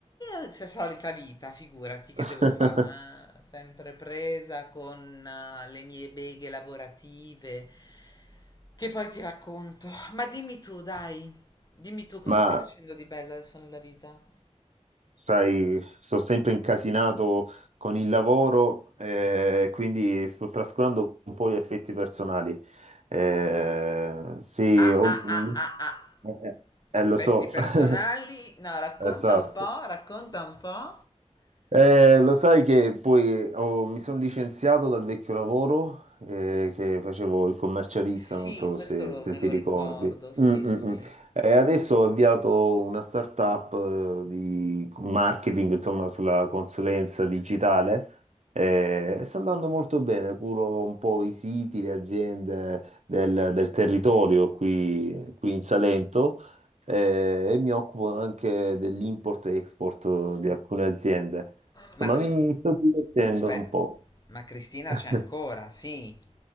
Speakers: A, on the left; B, on the right.
A: io, c'è solita vita, figurati che
B: <laughs>
A: devo fare, Sempre presa con eh, le mie beghe lavorative, che poi ti racconto. Ma dimmi tu, dai, dimmi tu, cosa
B: Ma
A: stai facendo di bello adesso nella vita?
B: sai, sto sempre incasinato con il lavoro, eh, quindi sto trascurando un po' gli effetti personali. Eh, sì,
A: Ah
B: ho-
A: ah ah ah ah
B: eh, eh, eh,
A: Affetti
B: lo so,
A: personali?
B: <laughs>
A: No, racconta
B: esatto.
A: un po', racconta un po'.
B: Eh, lo sai che poi ho- mi sono licenziato dal vecchio lavoro eh, che facevo il commercialista,
A: Sì,
B: non so
A: questo
B: se,
A: lo-
B: se
A: me
B: ti
A: lo
B: ricordi.
A: ricordo, sì,
B: Mm,
A: sì.
B: mm, mm. E adesso ho avviato una startup eh, di marketing, insomma, sulla consulenza digitale eh, e sta andando molto bene. Curo un po' i siti, le aziende del, del territorio qui qui in Salento. eh, e mi occupo anche dell'import e export di alcune aziende. Insomma,
A: Ma scusa,
B: mi mi sto divertendo
A: aspetta,
B: un po'.
A: ma Cristina
B: <laughs>
A: c'è ancora, sì.